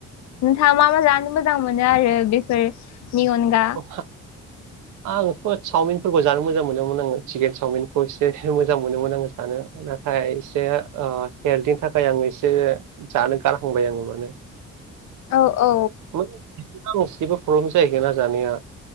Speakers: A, on the left; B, on the right.
A: नोंथाङा मा मा जानो मोजां मोनो आरो बेफोरनि अनगा
B: <unintelligible> आंथ' चावमिनफोरखौ जानो मोजां मोनोमोन आङो चिकेन चावमिनखौ एसे मोजां मोनोमोन आङो सानो नाथाय एसे ओ केेल्डनि थाखाय आं एसे जानो गारहांबाय आङो माने।
A: औ औ।
B: <unintelligible> गांसेबो प्रब्लेम जाहैगोन ना जानाया